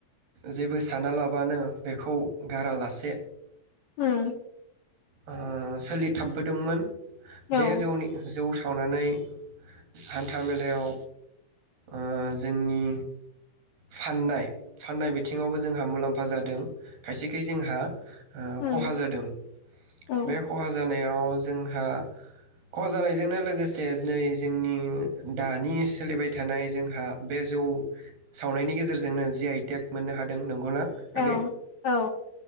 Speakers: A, on the right (about 85°); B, on the left (about 60°).
A: जेबो सानालाबानो बेखौ गारालासे
B: उम
A: ओ सोलिथाबबोदोंमोन
B: औ
A: बे जौनि जौ सावनानै हान्था मेलायाव ओ जोंनि फाननाय-फाननाय बिथिङावबो जोंहा मुलाम्फा जादों खायसेखाय जोंहा ओ
B: उम
A: खहा जादों
B: औ
A: बे खहा जानायाव जोंहा खहा जानायजोंनो लोगोसे दिनै जोंनि दानि सोलिबाय थानाय जोंहा बे जौ सावनायनि गेजेरजोंनो जि आइटेक मोननो हादों नंगौना आगै?
B: औ-औ